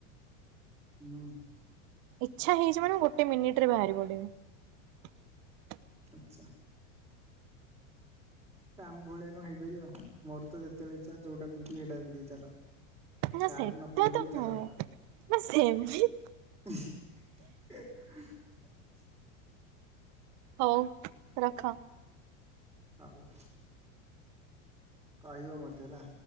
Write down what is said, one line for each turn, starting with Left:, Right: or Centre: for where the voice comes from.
Centre: ହୁଁ
Right: ଇଛା ହେଇଛି ମାନେ ଗୋଟେ ମିନିଟ ରେ ବାହାରି ପଡିବ।
Centre: ଆଛା ତମ ଭଳିଆ କଣ ହେଇପାରିବ ଆଉ ମୋର ତ ଯେତେବେଳେ ଇଛା ଯୋଉଟା ପିନ୍ଧିବି ସେଟାିନ୍ଧିକି ଚାଲ।
Right: ନା
Centre: ସାର୍ଟ
Right: ସେଟ
Centre: ନ ପିନ୍ଧିଲେ
Right: ତ
Centre: ବି
Right: ହଁ
Centre: ଚାଲ
Right: ନା ସେମତି
Centre: <unintelligible>
Right: ହଉ ରଖ।
Centre: ସାଉ କହିବ ମତେ ହେଲା।